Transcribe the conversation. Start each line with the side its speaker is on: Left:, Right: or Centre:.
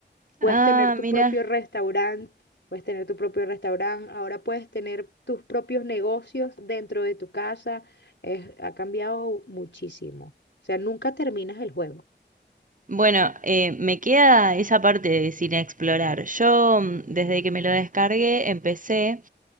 Left: Puedes
Right: Ah,
Left: tener tu
Right: mira.
Left: propio restaurante, puedes tener tu propio restaurante, ahora puedes tener tus propios negocios dentro de tu casa. Es- ha cambiado muchísimo. O sea, nunca terminas el juego.
Right: Bueno, eh, me queda esa parte de sin explorar. Yo, mm, desde que me lo descargué, empecé.